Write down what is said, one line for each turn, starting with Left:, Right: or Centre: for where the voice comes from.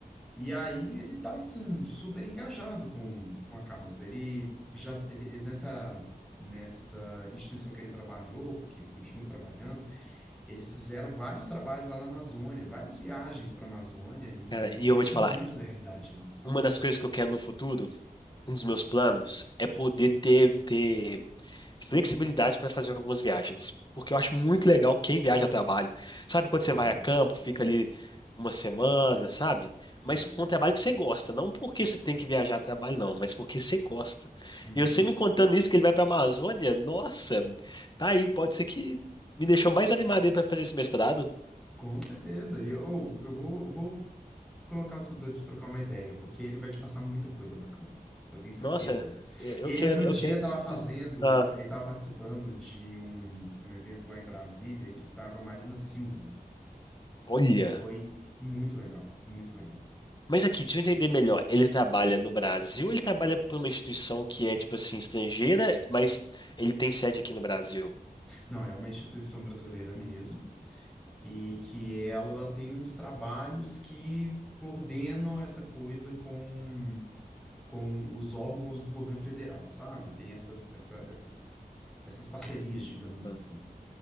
Centre: e aí ele tá, assim, super engajado com, com a causa. Ele já, ele, ele nessa, nessa instituição que ele trabalhou, que ele continua trabalhando, eles fizeram vários trabalhos lá na Amazônia, várias viagens para a Amazônia, e
Left: cara,
Centre: ele
Left: e
Centre: conheceu
Left: eu vou te falar,
Centre: muito da realidade de lá, sabe?
Left: uma das coisas que eu quero no futuro, um dos meus planos, é poder ter, ter flexibilidade para fazer algumas viagens. Porque eu acho muito legal quem viaja a trabalho. Sabe quando
Centre: Uhum.
Left: você vai a campo, fica ali uma semana, sabe?
Centre: Sei.
Left: Mas com um trabalho que você gosta, não porque você tem que viajar a trabalho, não, mas porque você gosta.
Centre: Uhum.
Left: E você me contando isso, que ele vai para a Amazônia, nossa, tá aí, pode ser que me deixou mais animado para fazer esse mestrado.
Centre: Com certeza. E ou eu vou, eu vou colocar vocês dois para trocar uma ideia, porque ele vai te passar muita coisa bacana. Eu tenho certeza.
Left: Nossa, eu eu
Centre: Ele
Left: quero,
Centre: outro
Left: eu
Centre: dia
Left: quero
Centre: estava
Left: sim.
Centre: fazendo,
Left: Ah,
Centre: ele estava participando de um, um evento lá em Brasília que estava Marina Silva.
Left: olha.
Centre: Foi muito legal, muito legal.
Left: Mas aqui, deixa eu entender melhor. Ele trabalha no Brasil, ou ele trabalha para uma instituição que é, tipo assim, estrangeira, mas ele tem sede aqui no Brasil.
Centre: Não, é uma instituição brasileira mesmo. e que ela tem uns trabalhos que coordenam essa coisa com, com os órgãos do governo federal, sabe? Tem essas, essa- essas, essas parcerias, digamos
Left: Ah,
Centre: assim.